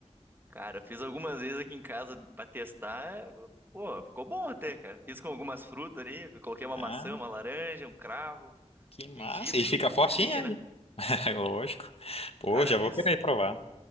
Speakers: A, on the right (about 20°); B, on the left (about 60°).
A: Cara, fiz algumas vezes aqui em casa pra testar. Pô, ficou bom até, cara. Fiz com algumas frutas ali, coloquei uma
B: Ah,
A: maçã, uma laranja, um cravo,
B: que massa.
A: gengibre
B: E fica fortinho
A: e vinho,
B: aí.
A: né?
B: <laughs> Lógico. Pô,
A: Cara,
B: já
A: eu fiz
B: vou querer provar.